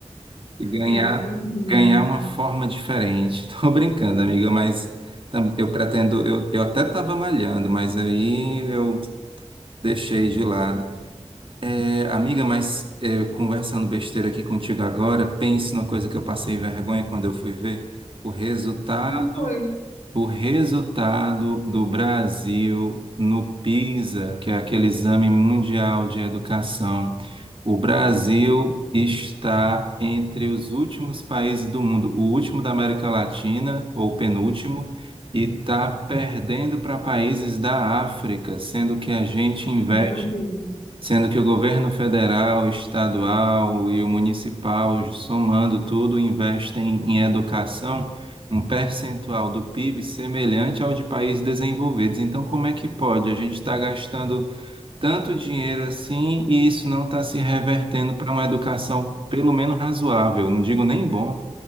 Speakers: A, on the right; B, on the left.
A: e ganhar,
B: eu entendi.
A: ganhar uma forma diferente. <laughs> Estou brincando, amiga, mas tam- eu pretendo, eu, eu até estava malhando, mas aí eu deixei de lado. É, amiga, mas é, conversando besteira aqui contigo agora, pense numa coisa que eu passei vergonha quando eu fui ver o resultado,
B: O que foi?
A: o resultado do Brasil no PISA, que é aquele exame mundial de educação. O Brasil está entre os últimos países do mundo, o último da América Latina, ou penúltimo, e está perdendo para países da África, sendo que a gente investe
B: Meu Deus.
A: sendo que o governo federal, estadual e o municipal, somando tudo, investem em educação um percentual do PIB semelhante ao de países desenvolvidos. Então, como é que pode? A gente está gastando tanto dinheiro assim e isso não está se revertendo para uma educação pelo menos razoável. Não digo nem bom,